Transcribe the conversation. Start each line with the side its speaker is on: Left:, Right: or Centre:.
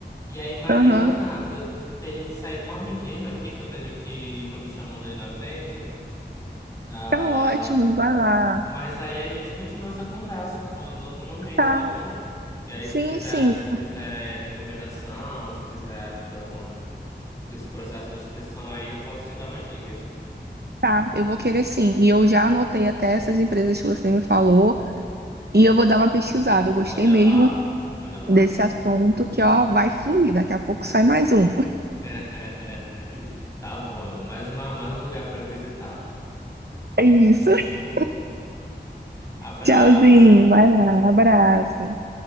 Left: E aí, Mariana,
Right: Aham.
Left: eu tenho que sair correndinho aqui, que eu tenho que. Estão me chamando ali na frente. Ah,
Right: Tá ótimo, vai lá.
Left: Mas aí a gente continua essa conversa ó, no outro momento,
Right: Tá.
Left: tá bom? E aí
Right: Sim,
Left: se quiser,
Right: sim.
Left: se quiser recomendação, se quiser ajuda com esse processo de inscrição, aí eu posso te dar umas dicas.
Right: Tá, eu vou querer sim. E eu já anotei até essas empresas que você me falou. E eu vou dar uma pesquisada. Eu gostei
Left: Olha
Right: mesmo
Left: lá, olha lá.
Right: desse assunto que, ó, vai fluir. Daqui a pouco sai mais um.
Left: <laughs> Tá bom, mais uma, mais um lugar para eu visitar.
Right: É isso. <laughs>
Left: Abraço.
Right: Tchauzinho. Vai lá. Abraço.